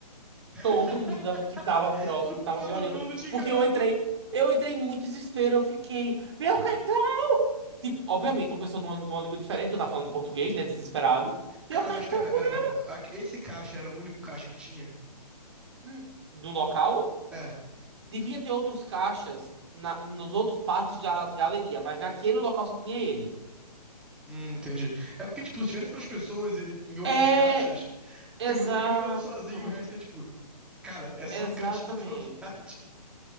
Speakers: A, on the right (about 45°); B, in the centre.
A: Todo
B: <laughs>
A: mundo da- que tava próximo
B: O-
A: tava
B: Todo
A: me olhando.
B: mundo te encarando.
A: Porque eu entrei, eu entrei em muito desespero. Eu fiquei, meu cartão! Tipo, obviamente, uma pessoa numa, numa língua diferente, que eu tava falando em português, né? Desesperado. Meu
B: Cara,
A: cartão
B: mas pera,
A: comeu!
B: pera, pera. Aque- Esse caixa era o único caixa que tinha?
A: Hum, Do local,
B: É.
A: devia ter outros caixas na, nos outros partes da galeria, mas naquele local só tinha ele.
B: Hum, entendi. É porque, tipo, se tivesse outras pessoas e- em outros
A: É,
B: caixas,
A: exato.
B: e você tá gritando sozinho, e o resto é tipo, cara, é só
A: Exatamente.
B: um caixa automático.